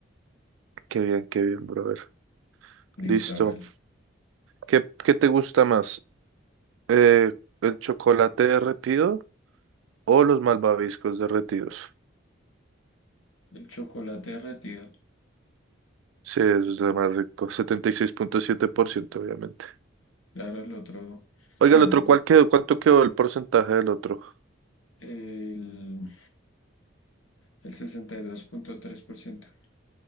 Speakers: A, on the right; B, on the left.
A: Qué bien, qué bien, brother.
B: Listo,
A: Listo.
B: hágale.
A: ¿Qué, qué te gusta más? Eh, ¿el chocolate derretido? O los malvaviscos derretidos.
B: El chocolate derretido.
A: Sí, eso es lo más rico. setenta y seis punto siete por ciento obviamente.
B: Claro, el otro,
A: Oiga,
B: ¿saben?
A: el otro, ¿cuál quedó? ¿Cuánto quedó el porcentaje del otro?
B: El, el sesenta y dos punto tres por ciento.